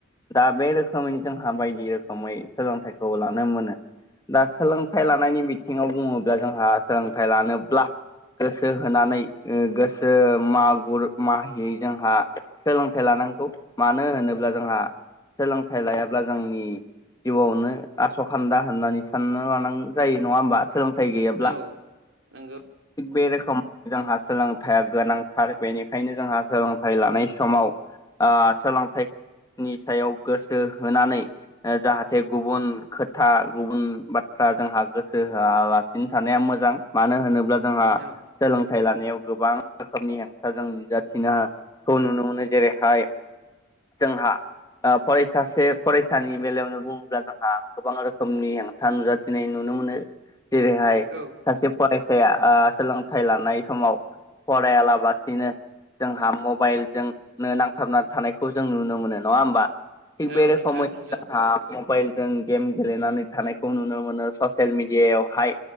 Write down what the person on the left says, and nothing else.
दा बे रोखोमै जोंहा बायदि रोखोमै सोलोंथाइखौ लानो मोनो। दा सोलोंथाइ लानायनि बिथिङाव बुङोब्ला जोंहा सोलोंथाइ लानोब्ला गोसो होनानै गोसो मागुर माहियै जोंहा सोलोंथाइ लानानै। लानांगौ मानो होनोब्ला जोंहा सोलोंथाइ लायाब्ला जोंनि। जिउआवनो आस' खान्दा होननानै साननो लानां जायो नङा होमबा। सोलोंथाइ गैयाब्ला
बे रोखोम। सम जोंहा सोलोंथाइया गोनांथार बेनिखायनो जोंहा सोलोंथाइ लानाय समाव। ओ सोलोंथाइनि सायाव गोसो। गोसो होनानै जाहाथे गुबुन खोथा गुबुन बाथ्रा जोंहा गोसो होआ। सिनो थानाया मोजां मानो होनोब्ला जोंहा
सोलोंथाइ लानायाव। गोबां रोखोमनि हेंथाजों नुजाथिनोखौ नुनो मोनो जेरैहाय। जोंहा ओ फरायसा सासे फरायसानि बेलायावनो बुङोब्ला जोंहा गोबां रोखोमनि हेंथा नुजाथिनाय नुनो मोनो। जेरैहाय
सासे फरायसाया ओ सोलोंथायाइ लानाय समाव फरायला बासिनो जोंहा मबाइलजोंनो नांथाबना थानायखौ जों नुनो मोनो नङा होमबा थिग बेरे
जोंहा
मबाइल। जों गेम गेलेनानै थानायखौ नुनो मोनो ससियेल मिडियायावहाय